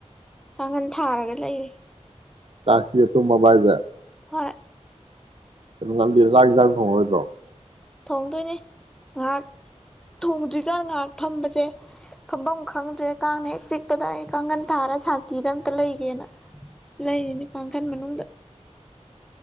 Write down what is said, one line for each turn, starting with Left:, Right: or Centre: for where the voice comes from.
Centre: ꯀꯥꯡꯈꯜ ꯊꯥꯔꯒ ꯂꯩꯔꯤ
Right: ꯀꯥꯆꯤꯛꯑ ꯇꯨꯝꯃꯕꫭ ꯍꯥꯏꯖꯦ
Centre: ꯍꯣꯏ
Right: ꯀꯩꯅꯣ ꯉꯜꯂꯤ ꯆꯥꯛ ꯏꯟꯖꯥꯡ ꯊꯣꯡꯉꯔꯣꯏꯗ꯭ꯔꯣ
Centre: ꯊꯣꯡꯗꯣꯏꯅꯦ ꯉꯍꯥꯛ ꯊꯣꯡꯗ꯭ꯔꯤꯀꯥꯟ ꯉꯍꯥꯛ ꯐꯝꯕꯁꯦ ꯐꯝ ꯕꯝ ꯈꯪꯗ꯭ꯔꯦ ꯀꯥꯡꯅ ꯍꯦꯛ ꯆꯤꯛꯄꯗ ꯑꯩ ꯀꯥꯡꯒꯟ ꯊꯥꯔ ꯁꯥꯟꯇꯤꯗ ꯑꯝꯇ ꯂꯩꯒꯦꯅ ꯂꯩꯔꯤꯅꯦ ꯀꯥꯡꯘꯟ ꯃꯅꯨꯡꯗ <inaudible>